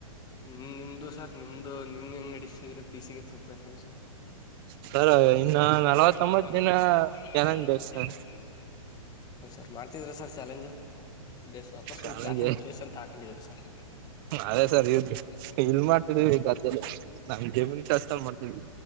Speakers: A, on the left (about 20°); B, on the right (about 40°).
A: ಹ್ಮ್ ನಿಮ್ದು ಸರ್ ನಿಮ್ದು ನಿಮ್ಗೆ ಹೆಂಗೆಡಸ್ಸಿದ್ರೆ ಪಿ ಸಿ ಗೆ <unintelligible> ಸರ್
B: ಸರ್ ಇನ್ನ
A: ಸರ್
B: ನಲವತ್ತೊಂಬತ್
A: ಇನ್ನ ನಲವತ್ತೊಂಬತ್ತ
B: ದಿನ
A: ದಿನ
B: ಚಾಲೆಂಜ್ ಸರ್
A: <unintelligible> ಹ್ಞ ಸರ್ ಮಾಡ್ತಿದಿರಾ ಸರ್ ಚಾಲೆಂಜು. ದೇಶ ಅಥಷ್ಟ
B: ಚಾಲೆಂಜ್
A: ಒಂದ್ ಚಹೆಜ್ ದೇಶ ಅಂತ ಹಾಕೊಂಡಿದಿರಾ ಸರ್.
B: ಅದೇ ಸರ್ ಇದ್
A: <inaudible>
B: ಇಲ್ ಮಾಡ್ತಿದೀವಿ ಗದ್ದೆಲಿ ನಮ್ ಜಮೀನ್ ಕೆಲ್ಸದಲ್ಲಿ ಮಾಡ್ತಿದ್ವಿ